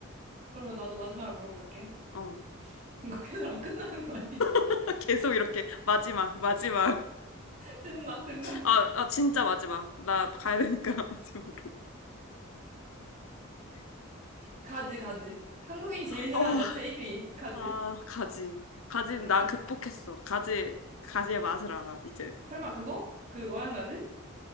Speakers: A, on the right; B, on the left.
A: 그러면 나도 마지막으로 물어볼게.
B: 어.
A: <laughs> 이거 계속 안 끝나는 거 아니야?
B: <laughs> 계속 이렇게 마지막 마지막
A: <laughs> 찐막, 찐막.
B: 아, 아 진짜 마지막 나 가야 되니까 <laughs> 마지막으로
A: 가지, 가지. 한국인이 제일 싫어하는
B: 어,
A: 야채 1위. 가지.
B: 아 가지 가지는
A: 응.
B: 나 극복했어 가지 가지의 맛을 알아 이제
A: 설마 그거? 그 어양가지?